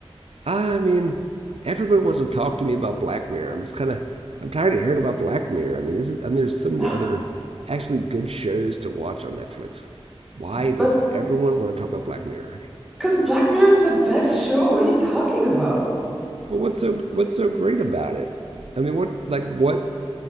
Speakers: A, on the right; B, in the centre.
A: I mean, everybody wants to talk to me about Black Mirror. I'm just kind of I'm tired of hearing about Black Mirror. I mean, isn't I mean, there's so many
B: <gasps>
A: other
B: <sighs>
A: actually good shows to watch on Netflix. Why does
B: But
A: everyone want to talk about Black Mirror?
B: because Black Mirror is the best show. What are you talking about?
A: But what's so what's so great about it? I mean, what like what?